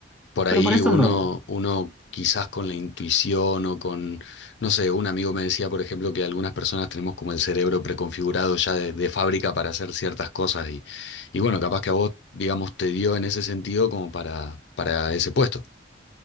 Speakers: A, on the left; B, in the centre.
A: por
B: Pero
A: ahí
B: para esto
A: uno,
B: no.
A: uno quizás con la intuición o con, no sé, un amigo me decía, por ejemplo, que algunas personas tenemos como el cerebro preconfigurado ya de, de fábrica para hacer ciertas cosas y, y bueno, capaz que a vos, digamos, te dio en ese sentido como para, para ese puesto.